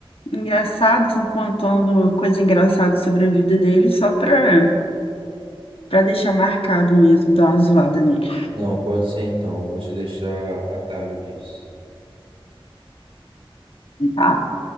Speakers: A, on the left (about 80°); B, on the right (about 70°).
A: engraçado, assim, contando coisa engraçada sobre a vida dele, só para para deixar marcado mesmo, dar uma zoada nele.
B: não, pode ser então. Vou te deixar a cargo disso.
A: Ah,